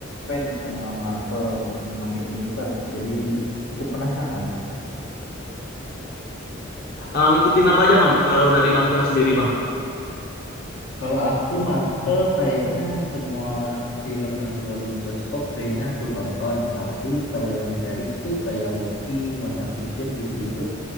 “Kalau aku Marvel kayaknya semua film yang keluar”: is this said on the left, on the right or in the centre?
Left